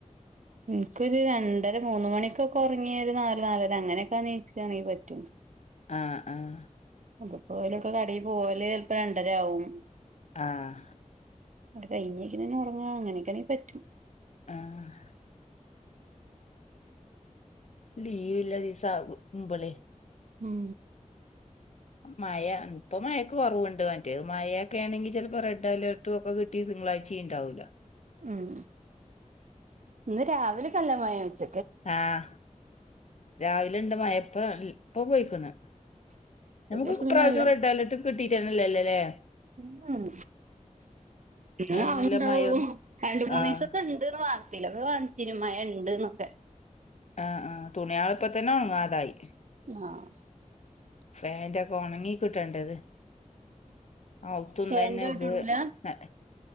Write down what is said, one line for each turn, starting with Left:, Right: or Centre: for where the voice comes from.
Right: ൻക്കൊരു രണ്ടര മൂന്ന് മണിക്കൊക്കെ ഒർങ്ങിയൊരു നാല് നാലര അങ്ങനെയക്ക നീച്ചാണെങ്കിൽ പറ്റും
Left: ആഹ് ആഹ്
Right: അത്പ്പൊ ഓലൊക്കെ കടേൽ പോവല് ചെൽപോ രണ്ടര ആവും
Left: ആഹ്
Right: അത് കൈഞ്ഞീക്കണ്ന്നെ ഒർങ്ങ അങ്ങനെയൊക്കാണെങ്ക് പറ്റും
Left: ആഹ് ലീവില്ലെ ദിവസാവുമ്പളെ
Right: ഉം
Left: മയ ഇപ്പൊ മഴക്ക് കൊറവുണ്ട് മറ്റേത് മഴക്കെ ആണെങ്കി ചെൽപ്പോ റെഡ് അലർട്ടും ഒക്കെ കിട്ട് ട്ടി തിങ്കളാഴ്ചീ ഇണ്ടാവൂല
Right: ഉം ഇന്ന് രാവിലെകല്ല മഴ ഉച്ച
Left: ആഹ് രാവിലെണ്ട് മഴ പ്പൊ ൽ ഇപ്പൊ പോയിക്ക്ണ്
Right: ഉച്ചക്കേഷം
Left: നമുക്ക് ഇപ്രാവശ്യം
Right: പിന്നെ വല്ല
Left: റെഡ് അലർട്ട് കിട്ടീട്ടെന്നെല്ലല്ലലേ
Right: ഉം ഇങ്ങനെ
Left: അയിനില്ല
Right: ആവ്ണ്ടാവൊള്ളൂ
Left: മഴ
Right: രണ്ട് മൂന്നീസത്തെൺ
Left: ആഹ്
Right: ണ്ട്ന്ന് വാർത്തീലൊക്കെ കാൺചീനു മഴണ്ട്ന്നൊക്കെ
Left: ആഹ് ആഹ് തുണിയൾ ഇപ്പതന്നെ ഒൺങ്ങാതായി
Right: ആഹ്
Left: ഫാന്റൊക്കെ ഒണങ്ങി കിട്ടേണ്ടത് ഔത്തുന്നെന്നെത്
Right: ഫാനിന്റെ ചോട്ടിടൂല
Left: നനഞ്